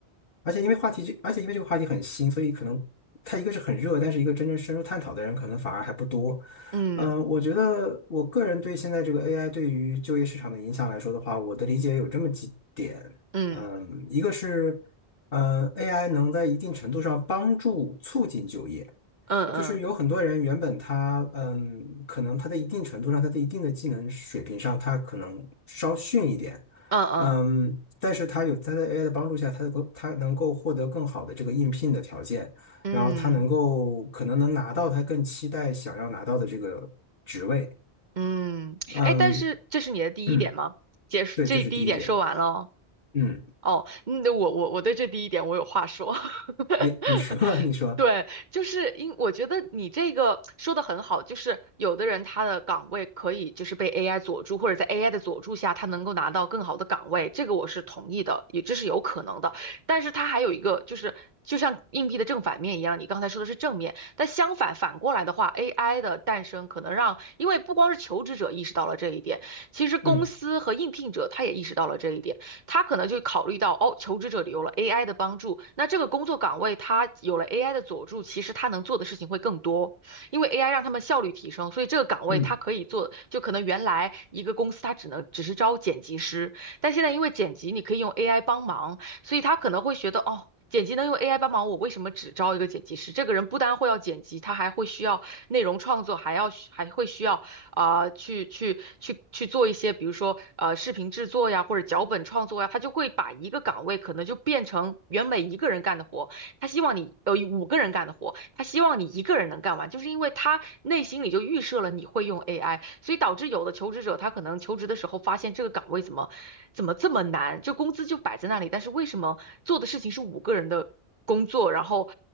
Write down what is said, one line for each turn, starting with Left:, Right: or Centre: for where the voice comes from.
Left: 而且因为话题这，而且因为这个话题很新，所以可能它一个是很热，但是一个真正深入探讨的人可能反而还不多。
Right: 嗯
Left: 嗯，我觉得我个人对现在这个 AI 对于就业市场的影响来说的话，我的理解有这么几点。
Right: 嗯
Left: 嗯，一个是，嗯 a i 能在一定程度上帮助促进就业。
Right: 嗯嗯
Left: 就是有很多人原本他嗯，可能他在一定程度上，他在一定的技能水平上，他可能稍逊一点，
Right: 嗯
Left: 嗯，但是他有他在 AI 的帮助下，他能够他能够获得更好的这个应聘的条件，
Right: 嗯嗯，
Left: 然后他能够可能能拿到他更期待想要拿到的这个职位，
Right: 嗯，
Left: 嗯
Right: 哎，但是这是你的第一点吗？
Left: 嗯，
Right: 结束，
Left: 对，
Right: 这第一点说完了哦。
Left: 这是第一点，嗯，
Right: 哦，嗯，我我我对这第一点我有话说。<laughs>
Left: 哎，你说 <laughs> 你说，
Right: 对，就是因我觉得你这个说的很好，就是有的人他的岗位可以就是被 AI 佐助，或者在 AI 的佐助下，他能够拿到更好的岗位，这个我是同意的，也这是有可能的。但是它还有一个就是，就像硬币的正反面一样，你刚才说的是正面，但相反反过来的话，AI 的诞生可能让，因为不光是求职者意识到了这一点，其实公司和应聘者他也意识到了这一点。
Left: 嗯
Right: 他可能就考虑到，哦，求职者有了 AI 的帮助，那这个工作岗位他有了 AI 的佐助，其实他能做的事情会更多，因为 AI 让他们效率提升，所以这个岗位他可以做，
Left: 嗯。
Right: 就可能原来一个公司他只能只是招剪辑师，但现在因为剪辑你可以用 AI 帮忙，所以他可能会觉得，哦。剪辑能用 AI 帮忙，我为什么只招一个剪辑师？这个人不单会要剪辑，他还会需要内容创作，还要还会需要啊、去去去去做一些，比如说呃视频制作呀，或者脚本创作呀，他就会把一个岗位可能就变成原本一个人干的活，他希望你呃五个人干的活，他希望你一个人能干完，就是因为他内心里就预设了你会用 AI，所以导致有的求职者他可能求职的时候发现这个岗位怎么怎么这么难，就工资就摆在那里，但是为什么做的事情是五个人的工作，然后